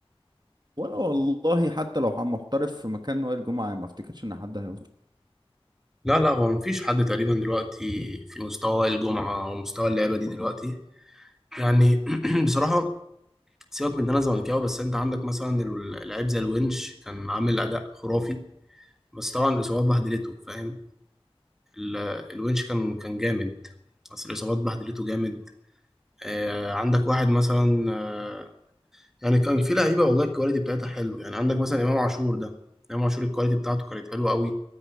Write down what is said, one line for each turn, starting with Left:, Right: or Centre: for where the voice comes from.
Right: ولا والله حتى لو هم- محترف في مكان وائل جمعة ما افتكرش ان حد هيوصل
Centre: لا لا هو مفيش حد تقريبا دلوقتي في مستوى الجمعة ومستوى اللعبة دي دلوقتي يعني <clears throat> بصراحة سيبك من ان انا زملكاوي بس انت عندك مثلا ال- لعيب زي الونش كان عامل اداء خرافي بس طبعا الإصابات بهدلته فاهم ال- الونش كان كان جامد بس الإصابات بهدلته جامد آه عندك واحد مثلا آه يعني كان في لعيبة والله الكواليتي بتاعتها حلو يعني عندك مثلا إمام عاشور ده إمام عاشور الكواليتي بتاعته كانت حلوة قوي